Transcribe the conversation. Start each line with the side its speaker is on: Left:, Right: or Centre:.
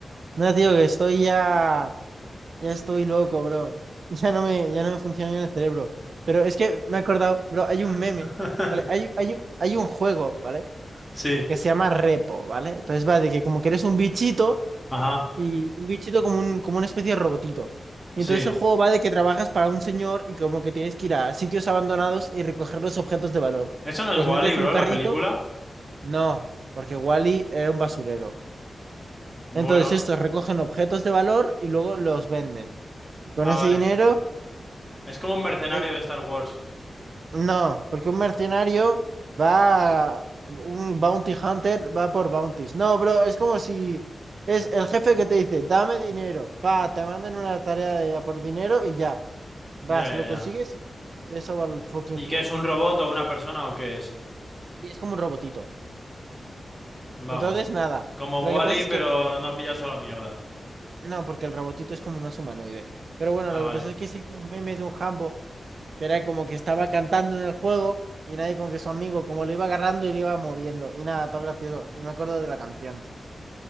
Right: No, tío, que estoy ya, ya estoy loco, bro. Ya no me, ya no me funciona bien el cerebro. Pero es que me he acordado, bro, hay un meme,
Centre: <laughs>
Right: ¿vale? Hay, hay, un- hay un juego, ¿vale?
Centre: Sí,
Right: Que se llama Repo, ¿vale? Entonces va de que como que eres un bichito
Centre: ajá,
Right: y un bichito como un, como una especie de robotito. Y
Centre: sí.
Right: entonces el juego va de que trabajas para un señor y como que tienes que ir a sitios abandonados y recoger los objetos de valor.
Centre: ¿Eso no es
Right: Los
Centre: Wally,
Right: metes
Centre: bro,
Right: en un carrito
Centre: la película?
Right: no, porque Wally era un basurero.
Centre: Bueno,
Right: Entonces estos recogen objetos de valor y luego los venden. Con
Centre: ah,
Right: ese
Centre: vale.
Right: dinero,
Centre: Es como un mercenario
Right: eh,
Centre: de Star Wars.
Right: no, porque un mercenario va, un bounty hunter va por bounties. No, bro, es como si es el jefe que te dice, dame dinero, va, te mandan una tarea de, a por dinero y ya, vas,
Centre: Ya, ya,
Right: lo consigues
Centre: ya.
Right: y eso va al fucking
Centre: ¿Y
Right: juego.
Centre: qué es un robot o una persona o qué es?
Right: Y es como un robotito.
Centre: Vamos,
Right: Entonces, nada,
Centre: como
Right: lo
Centre: Wally,
Right: que pasa es
Centre: pero
Right: que...
Centre: no pilla solo mierda.
Right: No, porque el robotito es como más humanoide. Pero bueno,
Centre: Ah,
Right: lo
Centre: vale.
Right: que pasó es que hice un meme de un Hambo que era como que estaba cantando en el juego y nadie con que su amigo, como lo iba agarrando y lo iba moviendo. Y nada, todo gracioso. Y me acuerdo de la canción.